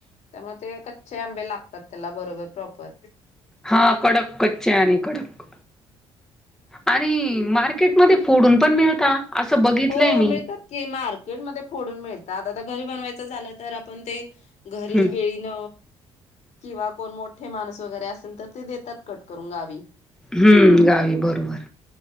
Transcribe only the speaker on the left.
त्यामुळे ते कच्चे आंबे लागतात त्याला बरोबर प्रॉपर
हो
मिळतात की मार्केट मध्ये फोडून मिळत आता तर घरी बनवायचा झाल तर घरी
विळीन किंवा कोण मोठे माणूस वगैरे असेल तर ते देतात कट करून गावी.